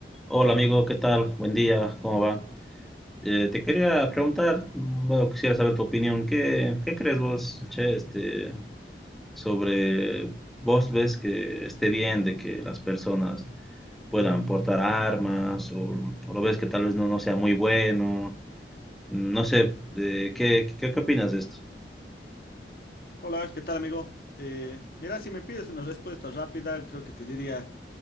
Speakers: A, in the centre; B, on the left (about 55°).
A: Hola amigo, ¿qué tal? Buen día, ¿cómo va? Eh, te quería preguntar, bueno, quisiera saber tu opinión. ¿Qué, qué crees vos, che, este, sobre vos ves que esté bien de que las personas puedan portar armas o, o lo ves que tal vez no, no sea muy bueno? No sé, eh, ¿qué, qué, qué opinas de esto?
B: Hola, ¿qué tal, amigo? Eh, mira, si me pides una respuesta rápida, creo que te diría